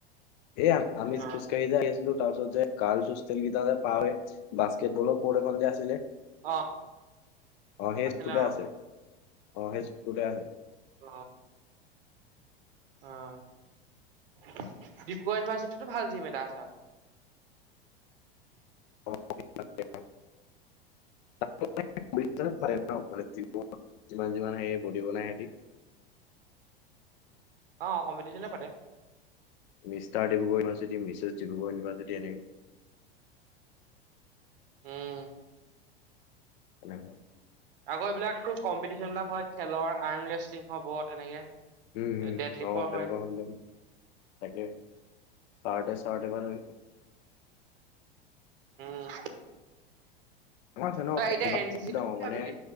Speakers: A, on the left (about 50°); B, on the right (about 65°).
A: এ আমি
B: অ
A: যে খোজকাঢ়ি যে আহি আছিলোঁ, তাৰ ওচৰত যে গাৰ্লছ হোষ্টেল কেইটা যে পাৰ হৈ, বাস্কেটবলৰ কোৰ্ট এখন যে আছিলে?
B: অ
A: সেইটোতে
B: আছিলে অ
A: আছে। অ সেইচুকটোতে আছে।
B: অ অ। অহ। ডিব্ৰুগড় ইউনিভাৰ্চিটিটো ভাল জিম এটা আছে আকৌ।
A: <unintelligible>
B: উম
A: যিমান যিমান সেই বডিবনাই হেটি।
B: অ কম্পিটিশনে পাতে।
A: Mister Dibrugarh university, Mrs Dibrugarh university এনেকে। <inaudible>
B: উম
A: এ।
B: আকৌ এইবিলাকো কম্পিটিশন বিলাক হয়, খেলৰ আৰ্মৰেষ্টলিং হব তেনেকে।
A: উম,
B: ডেড লিফৰ
A: অ তেনেকুৱা
B: হয়
A: হলে। তাকে। চাৰ তাকে ধৰি।
B: উম।
A: আছে ন।
B: তই
A: কেম
B: এতিয়া
A: বহুত
B: এন চি চি টো
A: ডাঙৰ
B: কি
A: মানে
B: ভাবিলি